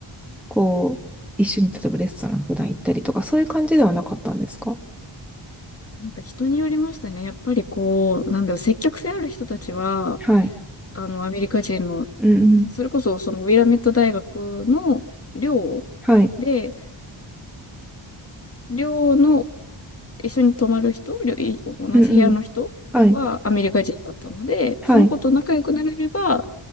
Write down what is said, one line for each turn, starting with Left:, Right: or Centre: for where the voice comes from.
Centre: こう、一緒に例えばレストラン普段行ったりとか、そういう感じではなかったんですか
Left: なんか人によりましたね。やっぱりこう、なんだろう、積極性ある人たちは、
Centre: はい。
Left: あの、アメリカ人の、
Centre: うんうん。
Left: それこそそのウィラメット大学の寮
Centre: はい。
Left: で、寮の一緒に泊まる人、寮い同じ部屋の人はアメリカ人だったので、
Centre: うんうん。はい。はい。
Left: その子と仲良くなれれば、